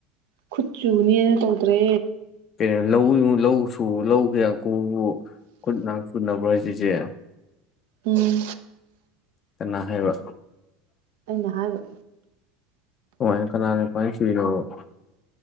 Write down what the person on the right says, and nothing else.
ꯈꯨꯠ ꯆꯨꯅꯤꯅ ꯇꯧꯗ꯭ꯔꯦ
ꯎꯝ
ꯑꯩꯅ ꯍꯥꯏꯕ